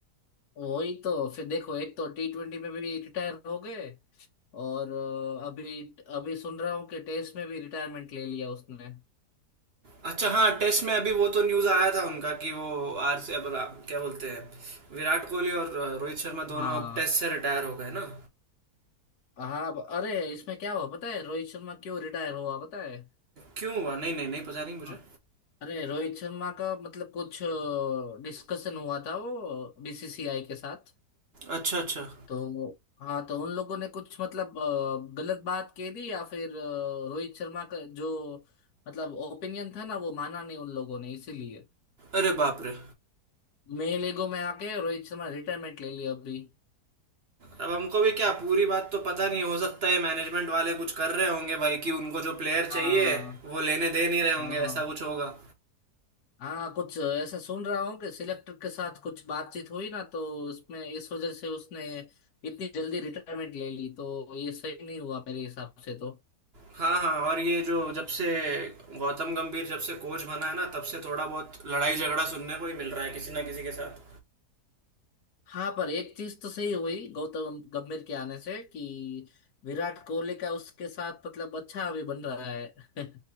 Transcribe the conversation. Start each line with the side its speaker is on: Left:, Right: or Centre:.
Left: वही तो फिर देखो एक तो टी ट्वेंटी में भी रिटायर हो गए और अ, अभी अभी सुन रहा हूँ कि टेस्ट में भी रिटायरमेंट ले लिया उसने
Right: अच्छा हाँ टेस्ट में अभी वो तो न्यूज़ आया था उनका कि वो आर से अब रा- क्या बोलते हैं विराट कोहली और अ, रोहित शर्मा दोनों
Left: हाँ
Right: अब टेस्ट से रिटायर हो गए ना
Left: हाँ अब- अरे इसमें क्या हुआ पता है रोहित शर्मा क्यों रिटायर हुआ पता है
Right: क्यों हुआ नहीं नहीं नहीं पता नहीं मुझे
Left: हाँ, अरे रोहित शर्मा का मतलब कुछ डिस्कशन हुआ था वो बीसीसीआई के साथ
Right: अच्छा अच्छा
Left: तो हाँ तो उन लोगों ने कुछ मतलब अ, गलत बात कह दी या फिर अ, रोहित शर्मा का जो मतलब ओपिनियन था ना वो माना नहीं उन लोगों ने इसीलिए
Right: अरे बाप रे
Left: मेल ईगो में आके रोहित शर्मा रिटायरमेंट ले लिया अभी
Right: अब हमको भी क्या पूरी बात तो पता नहीं हो सकता है मैनेजमेंट वाले कुछ कर रहे होंगे भाई कि उनको जो प्लेयर
Left: हाँ
Right: चाहिए वो लेने दे नहीं रहे होंगे
Left: हाँ
Right: ऐसा कुछ होगा
Left: हाँ कुछ ऐसा सुन रहा हूँ कि सिलेक्टर के साथ कुछ बातचीत हुई ना तो उसमें इस वजह से उसने इतनी जल्दी रिटायरमेंट ले ली तो ये सही नहीं हुआ मेरे हिसाब से तो
Right: हाँ हाँ और ये जो जब से गौतम गंभीर जब से कोच बना है ना तब से थोड़ा बहुत लड़ाई झगड़ा सुनने को ही मिल रहा है किसी ना किसी के साथ
Left: हाँ पर एक चीज तो सही हुई गौतम गंभीर के आने से कि विराट कोहली का उसके साथ मतलब अच्छा अभी बन रहा है <laughs>